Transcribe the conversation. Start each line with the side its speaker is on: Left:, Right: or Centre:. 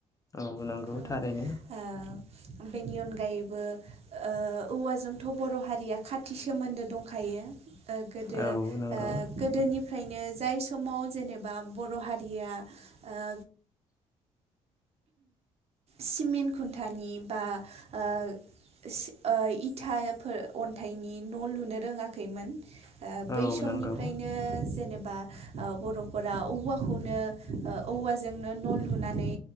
Left: औ नंगौ
Right: औ ओ
Left: थारैनो
Right: बेनि अनगायैबो ओ औवाजोंथ' बर' हारिया खा थि सोमोन्दो दंखायो ओ गोदो
Left: औ नंगौ
Right: ओ गोदोनिफ्रायनो जाय समाव जेनेबा बर' हारिया ओ सिमेन्ट खुन्थानि बा ओ सि ओ इथायाफोर अन्थाइनि न' लुनो रोङाखैमोन। ओ
Left: औ
Right: बै समनिफ्रायनो
Left: नंगौ
Right: जेनेब बा ओ बर'फोरा औवाखौनो ओ औवाजोंनो न' लुनानै